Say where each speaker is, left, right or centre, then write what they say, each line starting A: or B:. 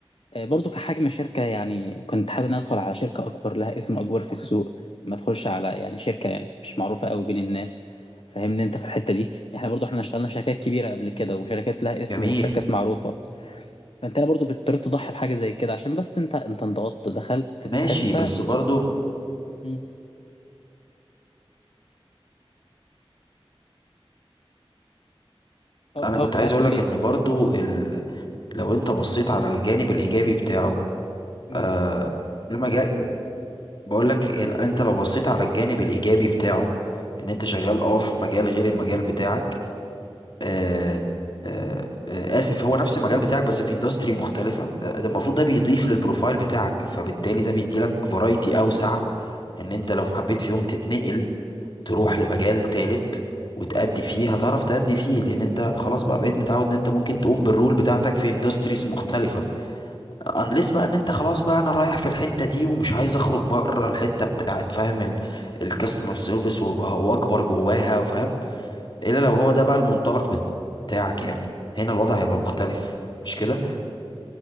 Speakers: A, on the left (about 65°); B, on the left (about 50°).
A: آه، برضو كحجم شركة يعني كنت حابب ان أنا ادخل على شركة اكبر لها اسم اكبر في السوق ما ادخلش على يعني شركة يعني مش معروفة قوي بين الناس فاهمني انت في الحتة دي احنا برضو احنا اشتغلنا في شركات كبيرة قبل كده وشركات لها اسم
B: جميل
A: وشركات معروفة فانت أنا برضو بتضطر تضحي بحاجة زي كده عشان بس انت انت انضغطت دخلت
B: ماشي
A: في حتة
B: بس برضو
A: مم. او
B: انا كنت
A: او كنت
B: عايز
A: عايز
B: اقول
A: تقول
B: لك ان برضو ال... لو انت بصيت على الجانب الايجابي بتاعه
A: ايه
B: آه ده مجال بقول لك انت لو بصيت على الجانب الايجابي بتاعه ان انت شغال اه في مجال غير المجال بتاعك آه، آه، آه، اسف هو نفس المجال بتاعك بس في اندستري مختلفة آه، ده المفروض ده بيضيف للبروفايل بتاعك فبالتالي ده بيديلك فرايتي اوسع ان انت لو حبيت في يوم تتنقل تروح لمجال تالت وتأدي فيه هتعرف تأدي فيه لان انت خلاص بقى بقيت متعود ان انت ممكن تقوم بالرول بتاعتك في اندستريز مختلفة انليس بقى ان انت خلاص بقى انا رايح في الحتة دي ومش عايز اخرج بره الحتة بتاعت فاهم الكاستمر سيرفيس وابقى هو اكبر جواها فاهم الا لو هو ده بقى المنطلق بتاعك يعني هنا الوضع هيبقى مختلف مش كده